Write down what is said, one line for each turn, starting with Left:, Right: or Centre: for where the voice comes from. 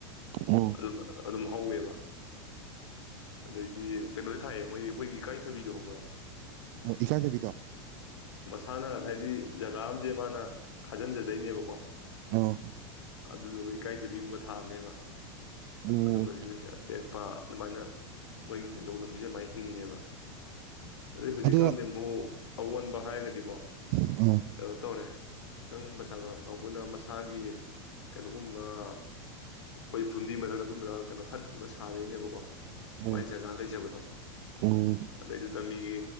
Right: ꯑꯣ
Left: ꯑꯗꯨꯝ ꯑꯗꯨꯝ ꯍꯧꯋꯦꯕ ꯑꯗꯩꯗꯤ ꯀꯩꯅꯣꯁꯨ ꯊꯥꯏꯌꯦ ꯃꯣꯏꯒꯤ ꯑꯩꯈꯣꯏꯒꯤ ꯏꯀꯥꯏꯊꯕꯤꯗꯣ ꯈꯪꯕ꯭ꯔꯥ
Right: ꯏꯀꯥꯏꯗꯕꯤ ꯇꯣ
Left: ꯏꯁꯥꯟꯅ ꯍꯥꯏꯗꯤ ꯖꯒꯥ ꯑꯃꯁꯝꯁꯦ ꯃꯥꯅ ꯈꯥꯖꯤꯟꯖꯗꯣꯏꯅꯦꯕꯀꯣ
Right: ꯑꯣ
Left: ꯑꯗꯨꯗꯨꯒ ꯏꯀꯥꯏꯊꯕꯤꯒꯨꯝꯕ ꯊꯥꯔꯅꯦꯕ
Right: ꯎꯝ
Left: ꯑꯗꯨꯝꯕꯁꯨꯦꯛ ꯍꯦꯛꯄ ꯑꯗꯨꯃꯥꯏꯅ ꯃꯣꯏꯒꯤ ꯁꯦꯟꯗꯣꯛ ꯂꯝꯕꯤꯁꯦ ꯃꯥꯏꯅ ꯍꯤꯡꯉꯦꯕ ꯑꯗ ꯍꯧꯖꯤꯀꯥꯟꯗ
Right: ꯑꯗꯣ
Left: ꯃꯣ ꯑꯑꯣꯟꯕ ꯍꯥꯏꯔꯒꯗꯤꯀꯣ
Right: ꯑꯣ
Left: ꯇ ꯇꯧꯔꯦ ꯈꯤꯇꯪ ꯃꯁꯥꯕ ꯀꯥꯡꯕꯨꯅ ꯃꯁꯥꯒꯤ ꯀꯩꯅꯣꯒꯨꯝꯕ ꯑꯩꯣꯏ ꯐꯨꯟꯗꯤ ꯃꯁꯥꯒꯗ ꯀꯩꯅꯣ ꯍꯠꯀꯨꯝꯕ ꯁꯥꯗꯣꯏꯅꯦꯕꯀꯣ
Right: ꯎꯝ
Left: ꯃꯥꯏ ꯖꯔꯒꯥ ꯂꯩꯖꯕꯗꯣ
Right: ꯎꯝ
Left: ꯑꯗꯨꯗꯩꯗꯨ ꯇꯕꯤꯒꯤ